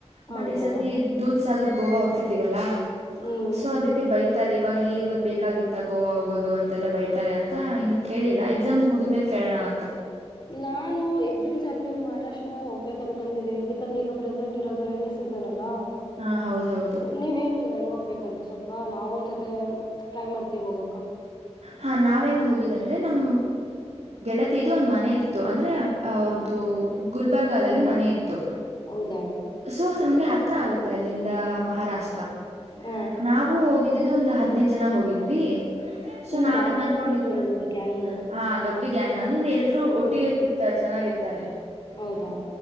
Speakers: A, on the left; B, on the right.
A: ಹೌದಾ
B: ಬಟ್ ಈ ಸತಿ ದೂದ್ ಸಾಗರ್ ಗೋವಾ ಹೋಗ್ತಿದೀವಲ್ಲಾ
A: ಹ್ಮ್
B: ಸೊ ಅದಕ್ಕೆ ಬೈ ತ್ತರ್ ಇವಾಗ ಇವಾಗ ಬೇಕಾಗಿತ್ತ ಗೋವಾ ಹೋಗೋದು ಅಂತೆಲ್ಲ ಬೈತಾರೆ ಅಂತ ಇನ್ನು ಕೇಳಿಲ್ಲ ಎಕ್ಸಾಮ್ಸ್ ಮುಗಿದ್ಮೇಲೆ ಕೇಳೋಣ ಅಂತ
A: ನಾನು ಎಕ್ಸಾಮ್ಸ್ ಆದ್ಮೇಲೆ ಮಹಾರಾಷ್ಟ್ರ ಹೋಗ್ಬೇಕು ಅನ್ಕಂತಿದೀವಿ ಅದಕಂದ್ರೆ ಈಗ ಪ್ರೆಸೆಂಟ್ ಇರೋದು ರೈನಿ ಸೀಸನ್ ಅಲ್ಲ
B: ಹ ಹೌದ್ ಹೌದು
A: ನೀವ್ ಹೇಳ್ತೀರಾ ಬಂತ ಸ್ವಲ್ಪ ನಾವ ಒಂದ್ಸ ಟ್ರೈ ಮಾಡ್ತೀವಿ ಹೋಗಕ್ಕ
B: ಹಾ ನಾವ ಹೆಂಗ್ ಹೋಗಿದ್ದ ಅಂದ್ರೆ ನಮ ಗೆಳತ್ ಇದು ಒಂದು್ ಮನೆ ಇತ್ತು ಅಂದ್ರೆ ಅವ್ರದ್ದು ಗುಲ್ಬರ್ಗಲ್ಲಿ ಮನೆ ಇತ್ತು
A: ಹೌದಾ
B: ಸೊ ನಮ್ಗೆ ಹತ್ರ ಆಗುತ್ತೆ ಅಲ್ಲಿ ಲ್ಲಿಂದ ಮಹಾರಾಷ್ಟ್ರ
A: ಹ
B: ನಾವು ಹೋಗಿದ್ದಿದ್ದು ಒಂದು ಹದ್ಿನೈದು ಜನ ಹೋಗಿದ್ದು ಸೊ
A: ಹ್ಮ
B: ನಾವ
A: ಜಾಸ್ತಿನ
B: ಹೆಂಗ್ ಅನ್ಕೊಂಡಿದ್ವಿ
A: ಇದೆ ನಿಮ್ದು ಗ್ಯಾಂಗ್
B: ಹ ದೊಡ್ಡ ಒಟ್ಟ್ಯಾಂಗ್ ನಮ್ದ ಎಲ್ರರು ಒಟ್ಟಿಗೆ ಇತ ಚೆನ್ನಾಗಿ ಇರ್ತಾರೆ
A: ಹೌದಾ